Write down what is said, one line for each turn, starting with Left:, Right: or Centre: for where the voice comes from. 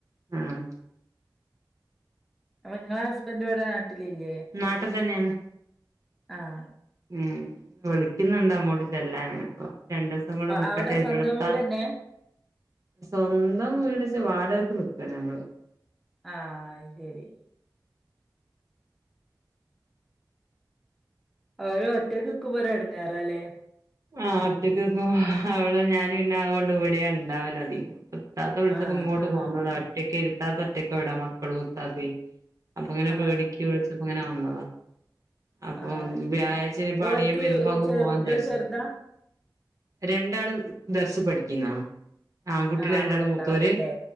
Right: ആഹ്.
Centre: അപ്പോ ഇങ്ങളെ ഹസ്ബൻ്റിവിടെ നാട്ടിലില്ലേ?
Right: നാട്ട് തന്നെയാണ്.
Centre: ആഹ്
Right: മ് വിളിക്കുന്നുണ്ടങ്ങോട്ട് ചെല്ലാന് അപ്പോ രണ്ട്സ് സം കൂടെ നിക്കട്ടെ
Centre: അവിടെ
Right: <unintelligible>
Centre: സ്വന്തം വീടെന്നെ
Right: സ്വന്തം വീടൊച്ച് വാടകയ്ക്ക് നിക്കാണ് ഞമ്മള്.
Centre: ആഹ് അയ്ശരി. അവര് ഒറ്റക്ക് നിക്കുമ്പോ ഒരെടെങ്ങാറാല്ലേ?
Right: ആഹ് ഒറ്റക്ക് നിക്കുമ്പോ അവ്ടെ ഞാൻ പിന്നാവോണ്ട് ഇവിടെയാ ഇണ്ടാവലധികം. താത്ത വിളിച്ചപ്പോ
Centre: ആഹ്
Right: ഇങ്ങോട്ട്
Centre: ആഹ്
Right: പോന്നതാ, ഒറ്റക്കിരു താത്ത ഒറ്റൊക്കവിടെ മക്കളും താത്തേം. അപ്പങ്ങനെ
Centre: ആഹ്
Right: പേടിക്ക് വിളിച്ചപ്പോങ്ങനെ വന്നത. അപ്പോ
Centre: ആഹ് അത് ശരി
Right: വ്യാഴാഴ്ച ഇനിപ്പ
Centre: ഓൽക്ക്
Right: അളിയൻ വരുമ്പോ അങ്ങ്
Centre: ചെ
Right: പോവാന്ന്
Centre: കുട്ടികൾ
Right: വിചാരിച്ച്.
Centre: ചെറുതാ
Right: രണ്ടാള് ദർശി പഠിക്ക്ന്നാ. ആൺകുട്ടികള്
Centre: ആഹ്
Right: രണ്ടാളും
Centre: ഇവിടെ ഇണ്ടാവൂലല്ലേ
Right: മൂത്തോര്,